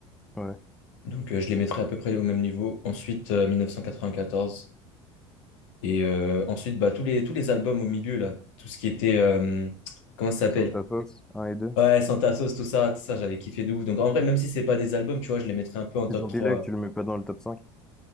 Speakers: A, in the centre; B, on the left (about 70°).
A: ouais.
B: Donc euh, je les mettrais à peu près au même niveau. Ensuite, euh, 1994. Et euh, ensuite, bah, tous les, tous les albums au milieu, là, tout ce qui était. euh, Comment ça s'appelle?
A: Somme ta fosse, 1 et 2.
B: Ouais, Santa Sauce, tout ça, tout ça, j'avais kiffé de ouf. Donc en vrai, même si c'est pas des albums, tu vois, je les mettrais un peu en top
A: Zombie
B: trois
A: Life, tu le mets pas dans le top cinq